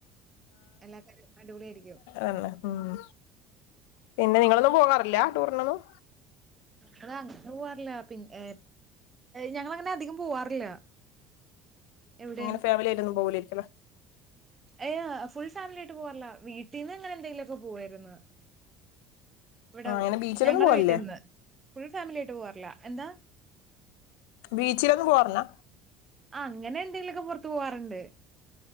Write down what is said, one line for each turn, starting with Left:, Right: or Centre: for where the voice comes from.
Right: എല്ലാ കാര്യ അടിപൊളിയായിരിക്കു
Left: ആണല്ലെ ഉം പിന്നെ നിങ്ങളൊന്നും പോകാറില്ല ടൂറിനൊന്നും
Right: ഞ അങ്ങനെ പോവാറില്ല പിന്നെ ഞങ്ങളങ്ങനെ അധികം പോവാറില്ല എവിടെയും
Left: ഇങ്ങന ഫാമിലി ആയി ഒന്നും പോവുലായിരിക്കു ലെ
Right: ഏഹ് ഫുൾ ഫാമിലി ആയിട്ട് പോവാറില്ല വീട്ടിന്ന് എങ്ങനെ എന്തെങ്കിലുമൊക്കെ പോവായിര്ന്ന് ഇവിടെ
Left: ആഹ് അങ്ങനെ ബീച്ചിലൊന്നും
Right: ഞങ്ങളെ
Left: പോവലില്ലേ
Right: വീട്ടിൽന്ന് ഫുൾ ഫാമിലി ആയിട്ട് പോവാറില്ല എന്താ
Left: ബീച്ചിലൊന്ന പോർന്നാ
Right: ആഹ് അങ്ങനെ എന്തെങ്കിലുമൊക്കെ പൊറത്തു പോവാറുണ്ട്